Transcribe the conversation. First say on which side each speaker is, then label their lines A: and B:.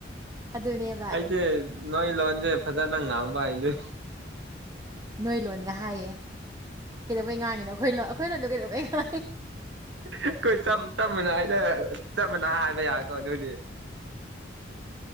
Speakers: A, on the right; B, on the right.
A: ꯑꯗꯨꯅꯦꯕ
B: ꯑꯩꯁꯦ ꯅꯣꯏ ꯂꯣꯟꯁꯦ ꯐꯖꯅ ꯉꯥꯡꯕ ꯍꯥꯏꯗꯣꯏ
A: ꯅꯣꯏ ꯂꯣꯟꯒ ꯍꯥꯏꯌꯦ ꯀꯩꯗꯧꯕꯩ ꯉꯥꯡꯉꯤꯅꯣ ꯑꯩꯈꯣꯏꯂꯣ ꯑꯩꯈꯣꯏꯅ ꯑꯗꯨꯗꯝ ꯀꯩꯗꯧꯕꯩ ꯉ
B: ꯑꯩꯈꯣꯏ ꯆꯞ ꯃꯥꯟꯅ ꯍꯥꯏꯅ ꯆꯞ ꯃꯥꯟꯅ ꯍꯥꯏꯕ ꯌꯥꯀꯣ ꯑꯗꯨꯗꯤ